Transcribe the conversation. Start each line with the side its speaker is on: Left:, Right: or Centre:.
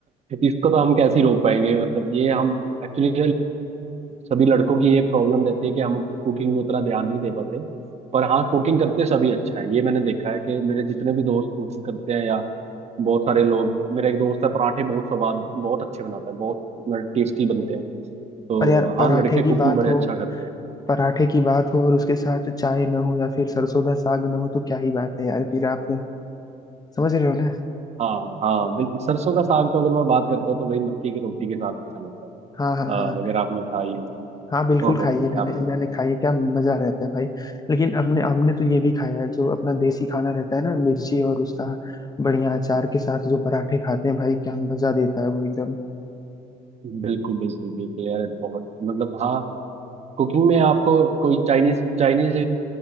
Right: इसको तो हम कैसे ही रोक पाएंगे मतलब ये हम एक्चुअली सभी लड़कों की ये प्रॉब्लम रहती है कि हम कुकिंग में उतना ध्यान नहीं दे पाते पर हाँ कुकिंग करते सभी अच्छा है ये मैंने देखा है कि मेरे जितने भी दोस्त कुकिंग करते हैं या बहुत सारे लोग मेरा एक दोस्त है पराठे बहुत स्वाद बहुत अच्छे बनाता है बहुत टेस्टी बनते हैं तो
Left: पर यार पराठे
Right: हाँ लड़के
Left: की
Right: कुकिंग
Left: बात
Right: बड़े
Left: हो
Right: अच्छा करते हैं
Left: पराठे की बात हो और उसके साथ चाय ना हो या फिर सरसों का साग ना हो तो क्या ही बात है यार फिर आप समझ रहे हो ना
Right: हाँ हाँ बिल्कुल सरसों का साग तो अगर मैं बात करता हूँ तो भाई मक्की की रोटी के साथ अच्छा लगता है
Left: हाँ हाँ
Right: अ,
Left: हाँ
Right: अगर आपने खाई हो
Left: हाँ बिल्कुल
Right: ओहो
Left: खाइए
Right: क्या
Left: मैंने
Right: बात
Left: मैंने खाई है क्या मजा रहता है भाई लेकिन अपने हमने तो ये भी खाया है जो अपना देसी खाना रहता है ना मिर्ची और उसका बढ़िया अचार के साथ जो पराठे खाते हैं भाई क्या मजा देता है वो एकदम
Right: है। बिल्कुल बिल्कुल बिल्कुल यार बहुत मतलब हाँ कुकिंग में आपको कोई चाइनीज चाइनीज